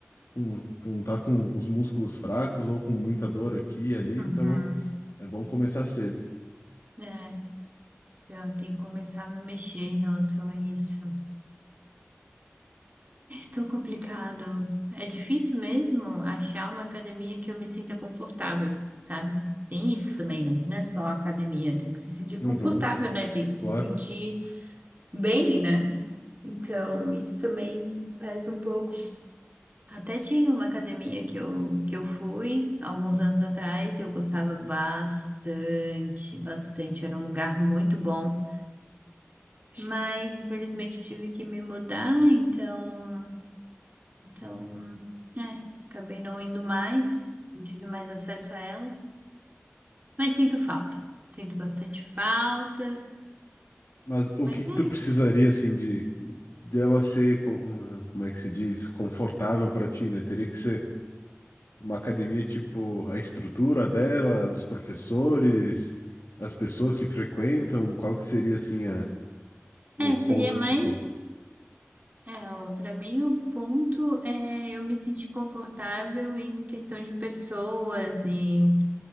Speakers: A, on the left; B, on the right.
A: com, tu não tá com os músculos fracos ou com muita dor aqui e ali,
B: uhum,
A: então é bom começar cedo.
B: é. Eu tenho que começar a me mexer em relação a isso. Tô complicado. É difícil mesmo achar uma academia que eu me sinta confortável, sabe? Tem isso também, né? Que Não é só academia, tem que se sentir
A: Uhum,
B: confortável, né? Tem que se
A: claro.
B: sentir bem, né? Então, isso também pesa um pouco. Até tinha uma academia que eu, que eu fui alguns anos atrás e eu gostava bastante, bastante. Era um lugar muito bom. Mas, infelizmente, eu tive que me mudar, então. Então, é, acabei não indo mais, não tive mais acesso a ela, mas sinto falta. Sinto bastante falta,
A: Mas o
B: mas
A: que que
B: é
A: tu precisaria,
B: isso.
A: assim, de, de ela ser, com- eh, como é que se diz, confortável para ti, né? Teria que ser uma academia, tipo, a estrutura dela, os professores, as pessoas que frequentam, qual que seria, assim, a, o
B: É,
A: ponto,
B: seria mais,
A: tipo...
B: é, o- pra mim o ponto é eu me sentir confortável em questão de pessoas, em,